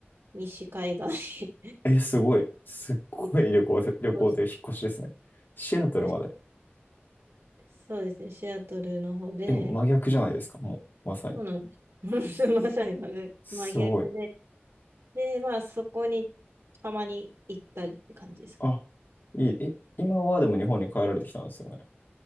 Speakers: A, on the right; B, on the left.
A: 西海岸
B: えすごい。すっごい旅行で、
A: に <laughs>
B: 旅行という引っ越しですね。
A: 引っ越し、
B: シアトルまで。
A: 引っ越して、そうですね、シアトルの方で、
B: え、真逆じゃないですか、もう、まさに。
A: そうなんです。<laughs> まさに真逆真逆で、
B: すごい。
A: で、まあ、そこにたまに行ったりって感じですかね。
B: あ、いい。え、今はでも日本に帰られてきたんですよね。